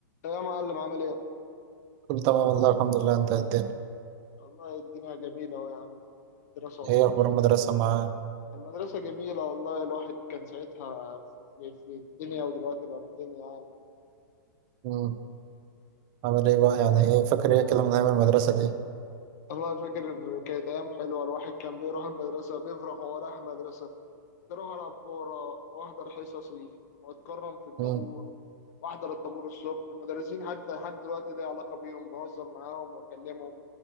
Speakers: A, on the left; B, on the right.
A: يا معلم عامل ايه؟
B: كله تمام والله الحمد لله انت إيه الدنيا
A: والله الدنيا جميلة أهو يا عم دراسة
B: ايه اخبار المدرسة معاه
A: المدرسة جميلة والله الواحد كان ساعتها في, في, في الدنيا ودلوقتي بقى في الدنيا يعني
B: امم عامل ايه بقى يعني ايه فاكر ايه كده من ايام المدرسة دي
A: والله فاكر كانت أيام حلوة الواحد كان بيروح المدرسة بيفرح وهو رايح المدرسة بيروح ألعب كورة وأحضر حصصي وأتكرم في الطابور
B: امم
A: وأحضر الطابور الصبح المدرسين حتى لحد دلوقتي ليا علاقة بيهم بهزر معاهم وأكلمهم